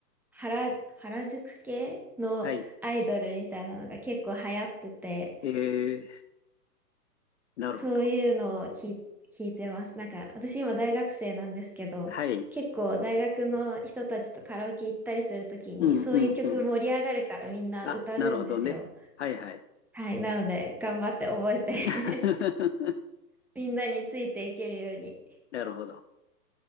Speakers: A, in the centre; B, on the left.
A: 原、原宿系のアイドルみたいなのが結構流行ってて、
B: はい。ええ、なるほど。
A: そういうのを聞い、聞いてます。なんか、私今大学生なんですけど、
B: はい。
A: 結構大学の人たちとカラオケ行ったりするときに、
B: うんうんうん。
A: そういう曲盛り上がるからみんな歌うんですよ。
B: あ、なるほどね。はいはい。
A: はい。なので、頑張って覚えて
B: <laughs>
A: <laughs> みんなについていけるように
B: なるほど。